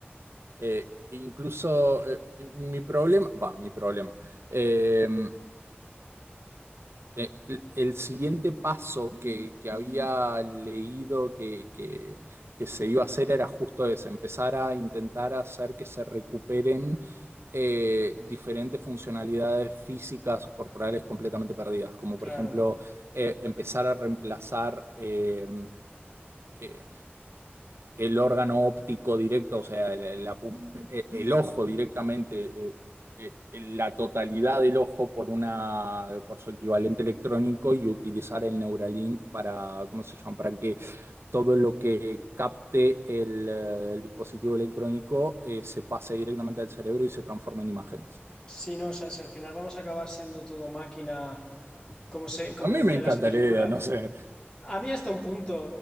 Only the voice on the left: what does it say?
Claro.
Sí, no, o sea, si al final vamos a acabar siendo todo máquina, como se, como
decían
las películas.
A mí hasta un punto.